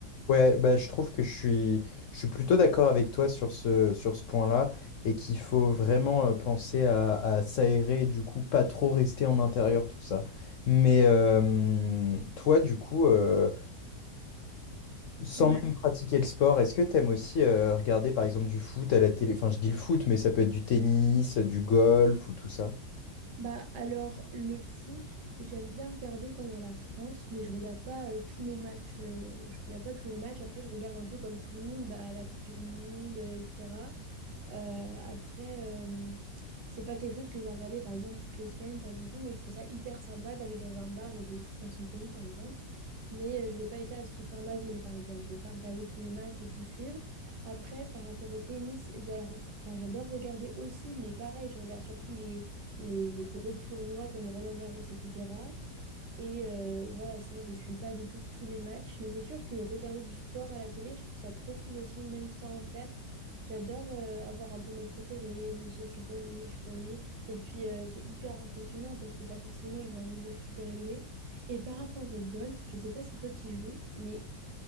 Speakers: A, on the left; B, on the right.
A: Ouais, bah, je trouve que je suis, je suis plutôt d'accord avec toi sur ce, sur ce point-là et qu'il faut vraiment euh, penser à, à s'aérer et du coup pas trop rester en intérieur, tout ça. Mais euh, toi, du coup, euh, sans
B: Ouais.
A: même pratiquer le sport, est-ce que t'aimes aussi euh, regarder par exemple du foot à la télé? Enfin, je dis le foot, mais ça peut être du tennis, du golf ou tout ça.
B: Bah alors le foot, j'aime bien regarder quand il y a la France, mais je regarde pas euh, tous les matchs. euh, je regarde pas tous les matchs. Après, je regarde un peu comme tout le monde, bah, la Coupe du Monde, euh, etc. Euh, après, euh, c'est pas quelque chose que je vais regarder par exemple toutes les semaines, pas du tout. Mais je trouve ça hyper sympa d'aller dans un bar et de soutenir son pays, par exemple. Mais euh, je vais pas être là à soutenir ma ville, par exemple. Je vais pas regarder tous les matchs et tout suivre. Après, par rapport au tennis, j'ai- enfin, j'adore regarder aussi, mais pareil, je regarde surtout les les, les gros tournois comme Roland-Garros, etc. Et euh, voilà, sinon je suis pas du tout tous les matchs, mais c'est sûr que regarder du sport à la télé, je trouve ça trop cool aussi, même sans en faire. J'adore euh, avoir un peu mes préférés, me dire je suis pour lui, je suis pour lui. Et puis euh, c'est hyper impressionnant parce que pas forcément ils ont un niveau super élevé. Et par rapport au golf, je sais pas si toi tu joues, mais